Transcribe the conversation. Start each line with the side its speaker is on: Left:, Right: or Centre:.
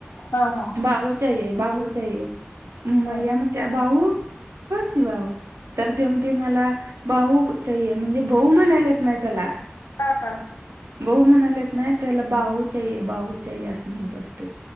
Left: हा हा
Right: बाहु चाहिए, बाहु चाहिए
Left: हा.
Right: मैया म्हण त्या बाहु कौन सी बाहु तर ते म्हणते मला बाहु चाहिए म्हणजे बहू म्हणायला येत नाय त्याला.
Left: हा हा.
Right: बहू म्हणालेत नाही त्याला बाहु चाहिए बाहु चाहिए असं म्हणतं असते